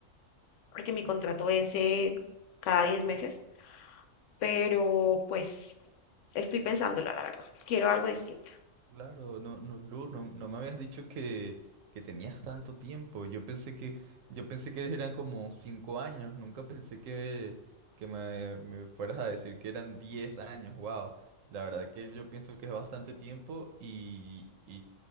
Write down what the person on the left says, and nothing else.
porque mi contrato vence cada 10 meses, pero pues estoy pensándola, la verdad. Quiero algo distinto.